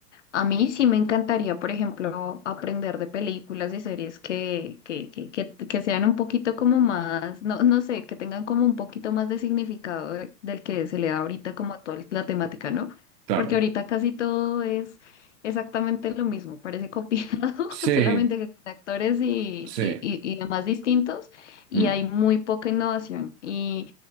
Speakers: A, on the left; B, on the right.
A: A mí sí me encantaría, por ejemplo, aprender de películas y series que, que, que, que, que sean un poquito como más, no, no sé, que tengan como un poquito más de significado de- del que se le da ahorita como a toda la temática, ¿no?
B: Claro,
A: Porque ahorita casi todo es exactamente lo mismo, parece copiado,
B: sí,
A: <laughs> solamente que con actores y,
B: sí.
A: y, y, y demás distintos, y
B: mm.
A: hay muy poca innovación. Y